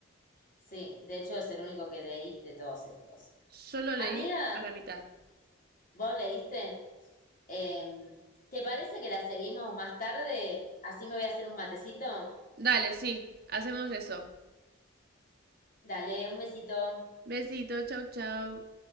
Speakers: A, on the left; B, on the right.
A: Sí, de hecho es el único que leí de todos estos.
B: Yo lo leí
A: Amiga,
B: a la mitad.
A: vos leíste, Em, ¿te parece que la seguimos más tarde? Así me voy a hacer un matecito.
B: Dale, sí, hacemos eso.
A: Dale, un besito.
B: Besito, chau, chau.